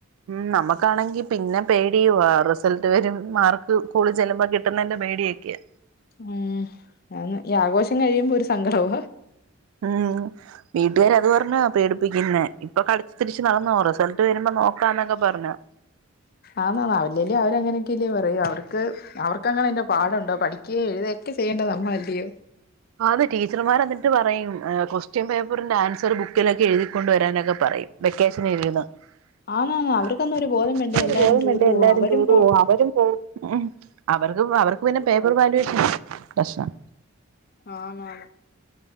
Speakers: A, on the right (about 85°); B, on the left (about 45°).
A: ഉം നമ്മുക്കാണെങ്കി പിന്നെ പേടിയ റിസൾട്ട് വരും മാർക്ക് സ്കൂളി ചെല്ലുമ്പോൾ കിട്ടുന്നതിന്റെ പേടിയൊക്കെയ
B: ഉം അങ്ങ് ഈ ആഘോഷം കഴിയുമ്പോ ഒരു സങ്കടവ
A: ഉം വീട്ടുകാര് അത് പറഞ്ഞ പേടിപ്പിക്കുന്നേ ഇപ്പൊ കളിച്ചു തിരിച്ച് നടന്നോ റിസൾട്ട് വരുമ്പോ നോക്കാന്നൊക്കെ പറഞ്ഞു
B: ആന്നാ ന അവല്ലല അവരങ്ങനെയൊക്കെല്ലേ പറയ അവർക്ക് അവർക്ക് അങ്ങനെ പാടുണ്ടോ പഠി ഏ ഴ്തൊക്കെ ചെയ്യേണ്ട നമ്മളല്ലിയോ?
A: ആത് ടീച്ചർമാരെന്തെൽ.. പറയും ക്വൊസ്റ്റ്യൻ പേപ്പറിന്റെ ആൻസർ ബുക്കിലൊക്കെ എഴുതിക്കൊണ്ട് വരാനൊക്കെ പറയും. വെക്കേഷൻ ഇരുന്ന് <unintelligible>
B: ആന്നാന്ന് അവർക്കൊന്നും ഒരു ബോധം വേണ്ടേ എല്ലാരും
A: ബോധം
B: ടൂർ
A: വേണ്ടെ
B: പോവാ
A: എല്ലാരും
B: അവരും
A: ടൂറ് പോവും അവരും പോവും ഉം അവർക്ക് അവർക്ക് പിന്നെ പേപ്പർ വാല്യുഷ പ്രശനം.
B: ആണാണ്.